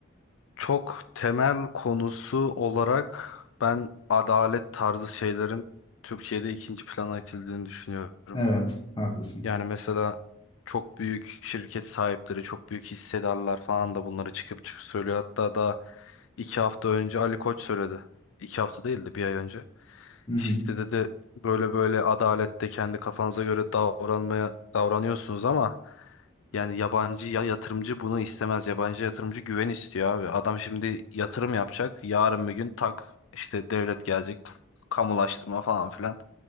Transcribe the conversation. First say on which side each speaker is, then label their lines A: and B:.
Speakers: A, on the left; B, on the left.
A: çok temel konusu olarak ben adalet tarzı şeylerin Türkiye'de ikinci plana itildiğini düşünüyorum.
B: Evet, haklısın.
A: Yani mesela çok büyük şirket sahipleri, çok büyük hissedarlar falan da bunları çıkıp çıkıp söylüyor. Hatta daha iki hafta önce Ali Koç söyledi. İki hafta değil de bir ay önce.
B: Hı hı.
A: İşte dedi böyle böyle adalette kendi kafanıza göre davranmaya davranıyorsunuz ama yani yabancı ya yatırımcı bunu istemez. Yabancı yatırımcı güven istiyor abi. Adam şimdi yatırım yapacak. Yarın bir gün tak işte devlet gelecek. Kamulaştırma falan filan.